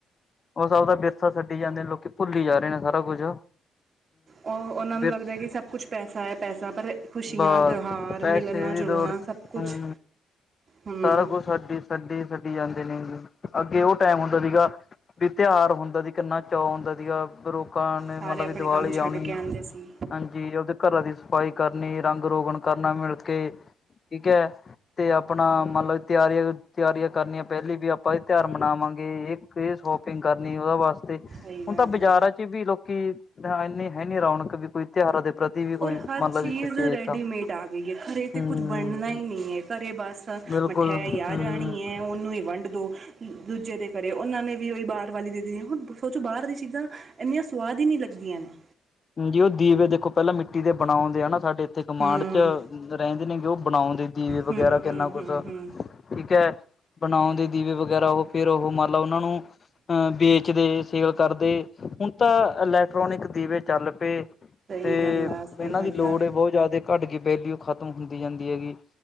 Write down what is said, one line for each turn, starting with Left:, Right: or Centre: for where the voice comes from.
Left: ਉਹ ਸਭ ਦਾ ਵਿਰਸਾ ਛੱਡੀ ਜਾਂਦੇ ਨੇ। ਲੋਕੀ ਭੁੱਲੀ ਜਾ ਰਹੇ ਨੇ ਸਾਰਾ ਕੁੱਝ।
Right: ਉਹ-ਉਹਨਾਂ ਨੂੰ
Left: ਵਿਰਸ
Right: ਲੱਗਦਾ ਕਿ ਸਭ ਕੁਛ ਪੈਸਾ ਏ ਪੈਸਾ। ਪਰ ਖੁਸ਼ੀਆਂ,
Left: ਬਸ
Right: ਤਿਉਹਾਰ ਤੇ
Left: ਪੈਸੇ
Right: ਮਿਲਣਾ-ਜੁਲਣਾ
Left: ਦੀ ਦੌੜ
Right: ਸਭ ਕੁਛ
Left: ਹੂੰ
Right: ਹਮ
Left: ਸਾਰਾ ਕੁਛ ਸਾਡੀ ਸੱਡੀ-ਸੱਡੀ ਜਾਂਦੇ ਨੇ। ਅੱਗੇ ਓ ਟੈਮ ਹੁੰਦਾ ਸੀਗਾ ਵੀ ਤੇਆਰ ਹੁੰਦਾ ਸੀ ਕਿੰਨਾ ਚੋ ਹੁੰਦਾ ਸੀਗਾ ਪਰ ਓ ਦੁਕਾਨ ਨੇ
Right: ਸਾਰੇ
Left: ਮਤਲਬ
Right: ਆਪਣੇ
Left: ਵੀ ਦਿਵਾਲੀ
Right: ਕੰਮ ਛੱਡ
Left: ਆਓਣੀ
Right: ਕੇ ਆਉਂਦੇ ਸੀ
Left: ਹਾਂਜੀ ਓਦੇ ਕਰਾਂ ਦੀ ਸਫ਼ਾਈ ਕਰਨੀ ਰੰਗ-ਰੋਗਣ ਕਰਨਾ ਮਿਲਕੇ ਠੀਕ ਐ ਤੇ ਆਪਣਾ ਮਨ ਲੋ ਤਿਆਰੀਆਂ-ਤਿਆਰੀਆਂ ਕਰਨੀਆਂ ਪੈਲੀ ਵੀ ਆਪ ਪਾਂ ਬਈ ਤੇਆਰ ਮਨਾਵਾਂਗੇ ਏਕ ਏ ਸ਼ੋਪਿੰਗ ਕਰਨੀ ਓਦੇ ਵਾਸਤੇ
Right: ਸਹੀ ਗੱਲ
Left: ਹੁਣ ਤਾਂ ਬਾਜ਼ਾਰਾਂ
Right: ਆ
Left: ਚ ਵੀ ਲੋਕੀ ਦਾ ਇੰਨੀ ਹੈ ਨੀ ਰੌਣਕ ਵੀ ਕੋਈ ਤਿਉਹਾਰਾਂ ਦੇ ਪ੍ਰਤੀ ਵੀ ਕੋਈ
Right: ਔਰ ਹਰ
Left: ਮਤਲਬ
Right: ਚੀਜ਼
Left: ਵੀ ਸੁਚੇਤ
Right: ਰੈਡੀਮੇਡ ਆ ਗਈ ਏ ਘਰੇ ਤੇ
Left: ਹਮ
Right: ਕੁਝ ਬਣਨਾ ਈ ਨਈ ਏ ਘਰੇ ਬਸ ਤਾਂ
Left: ਬਿਲਕੁਲ
Right: ਮਿਠੈਈ ਆ
Left: ਹਮ
Right: ਜਾਣੀ ਐ ਓਨੂੰ ਈ ਵੰਡ ਦੋ ਤਾ ਦੂਜੇ ਦੇ ਕਰੇ ਓਨਾਂ ਨੇ ਵੀ ਓਈ ਬਾਹਰ ਵਾਲੀ ਦੇ ਦੇਣੀ ਏ ਹੁਣ ਸੋਚੋ ਬਾਹਰ ਦੀ ਚੀਜ਼ਾਂ ਐਨੀਆਂ ਸਵਾਦ ਈ ਨੀ ਲੱਗਦੀਆਂ ਨੇ।
Left: ਜੋ ਦੀਵੇ ਦੇਖੋ ਪੈਲਾਂ ਮਿੱਟੀ ਦੇ ਬਣਾਉਂਦੇ ਆ ਨਾ ਸਾਡੇ ਇੱਥੇ ਕਮਾਂਡ
Right: ਹਮ
Left: ਚ ਰੈਂਦੇ ਨੇ ਜੋ ਬਣਾਉਣ ਦੇ ਦੀਵੇ ਵਗੈਰਾ
Right: ਹੂੰ ਹੂੰ
Left: ਕਿੰਨਾ ਕੁਛ
Right: ਹੂੰ ਹੂੰ
Left: ਠੀਕ ਐ ਬਣਾਉਣ ਦੇ ਦੀਵੇ ਵਗੈਰਾ ਓ ਫਿਰ ਓਹ ਮੰਨ ਲੋ ਓਨਾਂ ਨੂੰ ਅ ਵੇਚਦੇ ਸੇਵਾ ਕਰਦੇ ਹੁਣ ਤਾਂ ਇਲੈਕਟ੍ਰੋਨਿਕ ਦੀਵੇ ਚੱਲ ਪੇ
Right: ਸਹੀ
Left: ਤੇ
Right: ਗੱਲ ਆ ਸਹੀ
Left: ਏਨਾਂ
Right: ਗੱਲ
Left: ਦੀ ਲੋੜ
Right: ਆ
Left: ਬੋਹਤ ਜ਼ਿਆਦਾ ਕਟ ਗੀ ਵੈਲਿਯੂ ਖਤਮ ਹੁੰਦੀ ਜਾਂਦੀ ਹੈਗੀ।